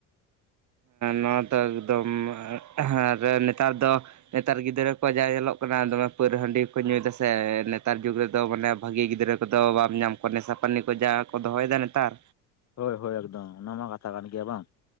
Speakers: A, on the right; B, on the left.
A: ᱱᱚᱣᱟ ᱫᱚ ᱮᱠᱫᱚᱢ ᱟᱨ ᱱᱮᱛᱟᱨ ᱫᱚ ᱱᱮᱛᱟᱨ ᱜᱤᱫᱽᱨᱟᱹ ᱠᱚᱣᱟᱜ ᱡᱟ ᱧᱮᱞᱚᱜ ᱠᱟᱱᱟ ᱫᱚᱢᱮ ᱯᱟᱩᱨᱟ ᱦᱟᱺᱰᱤ ᱠᱚ ᱧᱩ ᱭᱮᱫᱟ ᱥᱮ ᱱᱮᱛᱟᱨ ᱡᱩᱜᱽ ᱨᱮᱫᱚ ᱢᱟᱱᱮ ᱵᱷᱟᱹᱜᱤ ᱜᱤᱫᱽᱨᱟᱹ ᱠᱚᱫᱚ ᱵᱟᱢ ᱧᱟᱢ ᱠᱚᱣᱟ ᱱᱮᱥᱟᱯᱟᱱᱤ ᱠᱚ ᱡᱟ ᱠᱚ ᱫᱚᱦᱚᱭᱮᱫᱟ ᱱᱮᱛᱟᱨ
B: ᱦᱳᱭ -ᱦᱳᱭ ᱮᱠᱫᱚᱢ ᱚᱱᱟ ᱢᱟ ᱠᱟᱛᱷᱟ ᱠᱟᱱ ᱜᱮᱭᱟ ᱵᱟᱝ